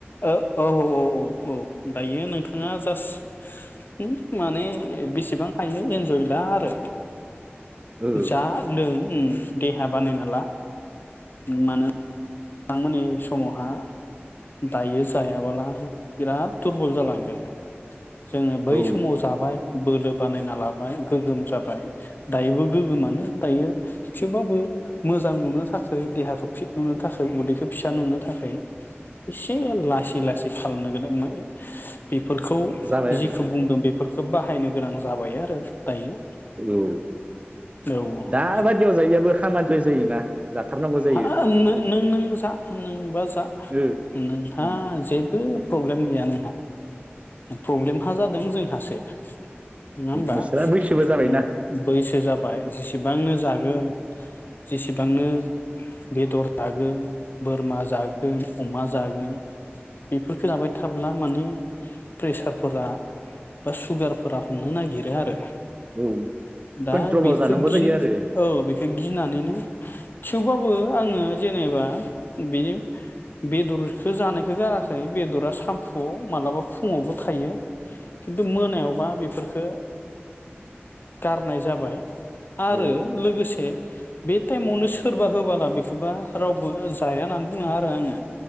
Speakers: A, on the left; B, on the right.
A: ओ औ औ औ औ औ दायो नोंथाङा जास उम माने बेसेबां हायो इन्जय ला आरो
B: ओ
A: जा लों उम देहा बानायना ला मानो आं माने स समावहा दायो जायाबोला बिराद दुरबल जालांगोन जोङो बै
B: औ
A: समाव जाबाय बोलो बानायना लाबाय गोग्गोम जाबाय दायोबो गोगोमानो दायो थेवबाबो मोजां नुनो थाखाय देहाखौ फिट नुनो थाखाय उदैखौ फिसा नुनो थाखाय एसे लासै लासै खालामनो गोनां <unintelligible> बेफोरखौ
B: जाबाय आरो
A: जिखौ बुंदों बेफोर, खोब बाहायनो गोनां जाबाय आरो दायो
B: औ
A: औ
B: दाबादियाव जायैयाबो खामानि द्राय जायोना? जाथारनांगौ जायो
A: हा आं नो नों नों जा नोंबा जा
B: ओ
A: नोंथाङा
B: ओ
A: जेबो प्रब्लेम गैया नोंहा, प्रब्लेमहा जादों जों आंसो नङा होमबा
B: नोंसोरा बैसोबो जाबायना
A: उम बैसो जाबाय जेसेबांनो जागोन। जेसेब बांनो बेदर जागोन, बोरमा जागोन अमा जागोन बेफोरफोरखौ लायबाय था थाब्ला माने प्रेसारफोरा बा सुगारफोरा हमनो नागिरो आरो
B: औ
A: दा
B: कन्ट्रलाव
A: बेखौ
B: जानांगौ
A: गि
B: जायो आरो
A: औ बेखौ गिनानैनो थेवबाबो आं ङो जेनेबा बेनि बेदरखौ जानायखौ गाराखै बेदरा सामफुवाव मालाबा फुङावबो थायो। खिन्थु मोनायावबा बेफोर खो गारनाय जाबाय आरो
B: औ
A: लोगोसे बिदि टाइमावनो सोरबा होबाला बेखौबा रावबो जाया होननानै बुङो आरो आङो